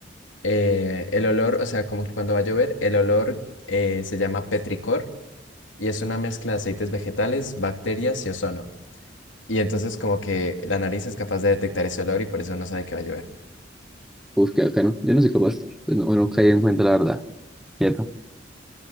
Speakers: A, on the left; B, in the centre.
A: eh, el olor, o sea, como que cuando va a llover, el olor eh, se llama petricor y es una mezcla de aceites vegetales, bacterias y ozono. Y entonces como que la nariz es capaz de detectar ese olor y por eso no sabe que va a llover.
B: Uf, qué bacano. Yo no soy capaz, pues no, no caí en cuenta, la verdad. Quieto.